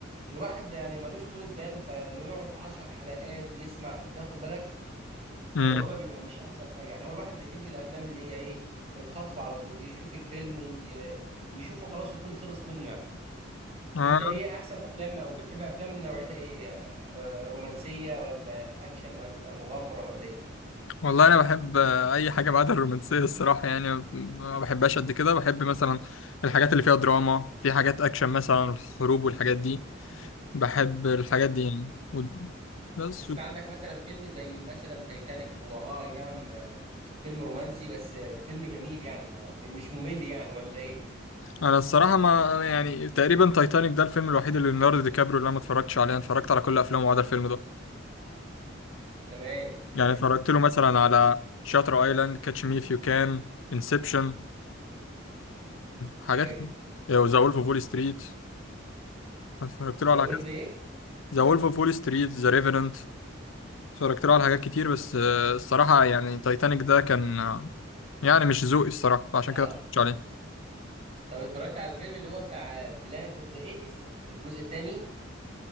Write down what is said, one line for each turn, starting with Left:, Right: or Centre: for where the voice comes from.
Right: الواحد يعني ملوش طولة بال فانه يقعد عشر حلقات يسمع انت واخد بالك
Left: امم
Right: فالوضع بيبقى مش احسن حاجه يعني هو الواحد بيحب الافلام اللي هي ايه الخطف على طول يشوف الفيلم ي- يشوفه خلاص ويكون خلص منه يعني
Left: آه.
Right: انت ايه احسن افلام او بتحب افلام نوعيتها ايه آه، آه، رومانسيه ولا اكشن ولا مغامره ولا ايه
Left: والله انا بحب آه، اي حاجه ما عدا الرومانسيه الصراحه يعني ما ما بحبهاش قد كده بحب مثلا الحاجات اللي فيها دراما في حاجات اكشن مثلا الحروب والحاجات دي
Right: <laughs>
Left: بحب الحاجات دي يعني و- بس
Right: بس انت
Left: و-
Right: عندك مثلا فيلم زي مثلا تايتانيك هو اه اي نعم آه، فيلم رومانسي بس آه، فيلم جميل يعني ما م- مش ممل يعني ولا ايه
Left: انا الصراحه ما أنا يعني تقريبا تايتانيك ده الفيلم الوحيد اللي ليوناردو دي كابريو اللي انا ما اتفرجتش عليه أنا اتفرجت على كل افلامه ما عدا الفيلم ده
Right: تمام تمام
Left: يعني اتفرجت له مثلا على شاتر ايلاند كاتش مي اف يو كان انسبشن حاجات
Right: اي
Left: ذا وولف اوف وول ستريت اتفرجت له
Right: ذا
Left: على
Right: وولف
Left: كذا
Right: ايه
Left: ذا وولف اوف وول ستريت ذا ريفرنت اتفرجت له على حاجات كتير بس آه، الصراحة يعني تايتانيك ده كان آه، يعني مش ذوقي الصراحة عشان
Right: اه
Left: كده متفرجتش عليه
Right: طب اتفرجت على الفيلم اللي هو بتاع بلانت اوف ذا ايبس الجزء الثاني